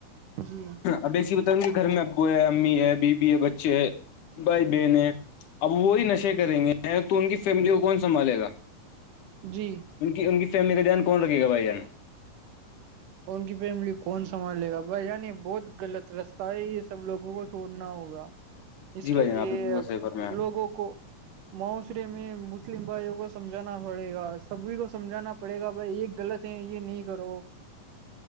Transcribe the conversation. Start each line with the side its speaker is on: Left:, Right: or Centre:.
Right: جی
Left: اب ایسی بتاؤں گی گھر میں ابو ہے امی ہے بی بیی ہے بچے ہے بھائی بہنیں اب وہی نشے کریں گے ہیں تو ان کی فیملی کو کون سنبھالے گا
Right: جی
Left: ان کی ان کی فیملی کا دھیان کون رکھے گا بھائی جان
Right: ن کی فیملی کون سنبال لے گا بھائی یعنی بہت غط رستہ ہے یہ سب لوگوں کو چھوڑنا ہوگا اس
Left: جی بھائی
Right: کے
Left: جان
Right: لیے
Left: آپ نے بالکل صحیح فرمایا
Right: لوگوں کو معاشرے میں مسلم بھائیوں کو سمجھانا پڑے گا سبھی کو سمجھانا پڑے گا بھائی ایک غلط یہ نہیں کرو